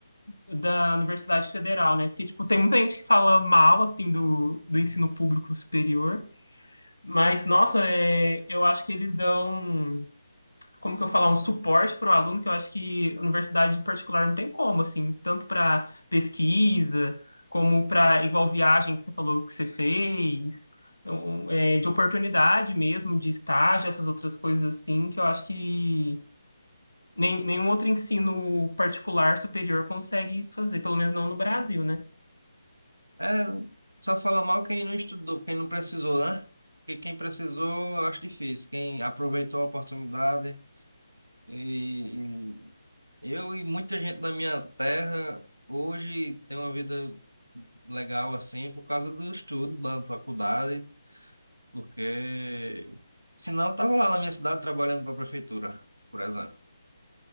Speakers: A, on the left (about 80°); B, on the right (about 85°).
A: da Universidade Federal, né? Porque, tipo, tem muita gente que fala mal, assim, do, do ensino público superior, mas, nossa, é, eu acho que eles dão como que eu falar, um suporte para o aluno que eu acho que universidade particular não tem como, assim, tanto para pesquisa, como para igual viagem que você falou que você fez, então, é, de oportunidade mesmo, de estágio, essas outras coisas assim, que eu acho que nem, nenhum outro ensino particular superior consegue fazer, pelo menos não no Brasil, né?
B: Era, só fala mal quem não estudou, quem não precisou, né? Porque quem precisou, eu acho difícil. Quem aproveitou a oportunidade e, e eu e muita gente da minha terra hoje tem uma vida legal assim por causa do estudo da faculdade, porque senão eu tava lá na minha cidade trabalhando para a prefeitura, por exemplo.